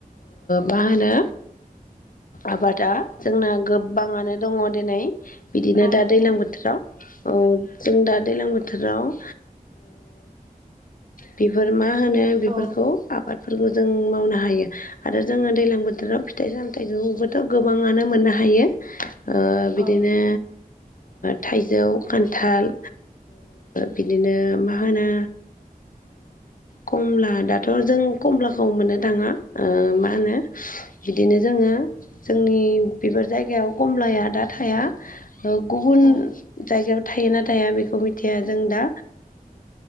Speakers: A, on the left; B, on the right.
A: मा होनो आबादा जोंना गोबांङानो
B: औ
A: दंङो दिनै बिदिनो
B: औ
A: दा
B: नंगौ
A: दैज्लां बोथोराव औ जों दा दैलां बोथोराव बोथोराव बेफोर मा होनो बेफोरखौ
B: औ
A: आबाद फोरखौ जों मावनो हायो आरो जोंङो दैज्लां बोथोराव फिथाइ सामथायाइखौबोथ' गोबांङानो मोननो हायो हायो बिदिनो
B: औ
A: थाइजौ खान्थाल बिदिनो मा होनो कमला दाथ' जों कमलाखौ मोननो थांङा मा होनो बिदिनो जोंङो जोंनि बेफोर जायगायाव गमलाया दा थाया गुबुन
B: औ
A: जायगायाव थायो ना थाया बेखौ मिथिया जों दा